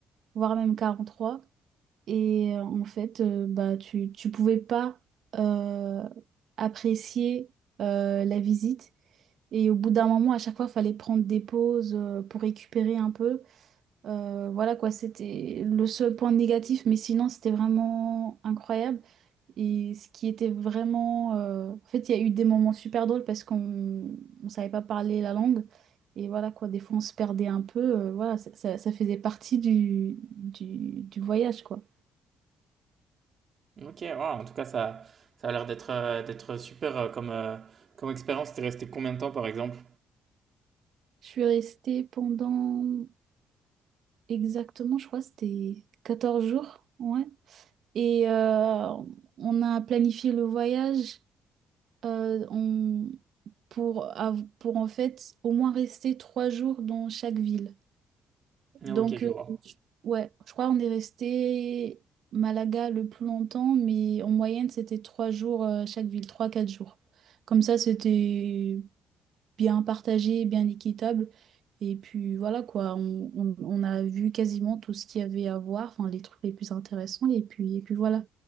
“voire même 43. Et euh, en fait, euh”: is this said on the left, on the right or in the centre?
Right